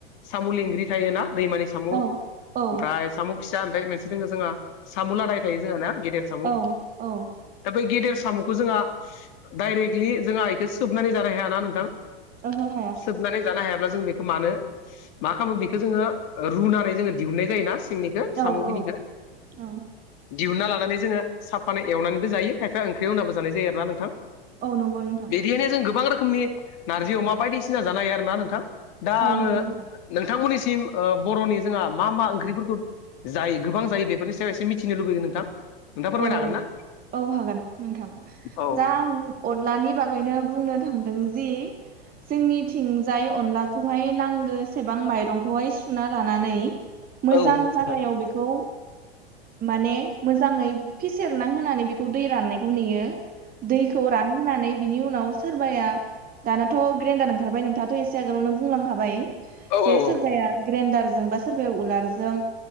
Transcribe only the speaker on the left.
साम' लेंग्रि थायो ना दैमानि मफ्राय
साम' फिसा मोनसे दङ जोंहा साम' लादाय थायो जोंहा गेदेर साम'
दा बै गेदेर साम'खौ जोंहा डाइरेक्टलि जोंहा आइखौ सोबनानै जानो हायाना नोंथां
सोबनानै जानो हायाब्ला जों बेखौ मानो मा खालामो बेखौ जोङो रुनानै जोङो दिहुननाय जायो ना निखौ सामुनिखौ
दिहुनना लानानै जोङो साफानाय एवनानैबो जायो खायफा ओंख्रियाव होननाबो जानाय जायो आरोना नोंथां
बिदिहायनो जों गोबां रोखोमनि नारजि अमा बायदिसिना जानो हायो आरो ना नोंथां दा
आङो
नोंथांमोननिसिम बर'नि जोंहा मा मा ओंख्रिफोरखौ जाय गोबां जायो बेफोरनि सायाव एसे मिथिनो लुबैगोन नोंथां नोंथाङा फोरमायनो
हागोन ना
औ
औ उम उम
औ
औ
औ